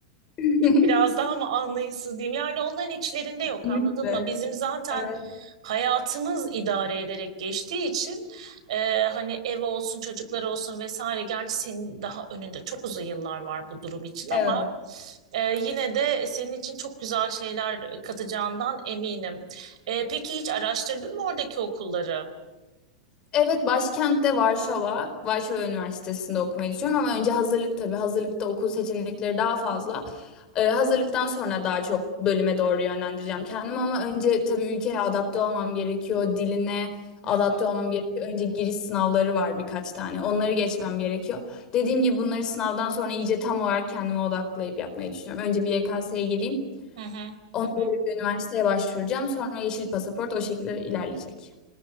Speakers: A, on the left; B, on the right.
A: <laughs>
B: Biraz daha mı anlayışsız diyeyim? Yani onların içlerinde yok
A: Kesinlikle.
B: anladın mı? Bizim zaten
A: Evet.
B: hayatımız idare ederek geçtiği için e, hani ev olsun çocuklar olsun vesaire. Gerçi senin daha önünde çok uzun yıllar var bu durum için ama
A: Evet.
B: e, yine de senin için çok güzel şeyler katacağından eminim. E, peki hiç araştırdın mı oradaki okulları?
A: Evet, başkentte Varşova, Varşova Üniversitesi'nde okumayı düşünüyorum ama önce hazırlık tabii. Hazırlıkta okul seçenekleri daha fazla. Ee, hazırlıktan sonra daha çok bölüme doğru yönlendireceğim kendimi ama önce tabii ülkeye adapte olmam gerekiyor. Diline adapte
B: Hı hı
A: olmam gerekiyor. Önce giriş sınavları var birkaç tane. Onları geçmem gerekiyor. Dediğim gibi bunları sınavdan sonra iyice tam olarak kendime odaklayıp yapmayı düşünüyorum. Önce bir YKS'ye gireyim.
B: hı hı.
A: Ondan
B: hı hı.
A: sonra bir üniversiteye başvuracağım. Sonra yeşil pasaport o şekilde ilerleyecek.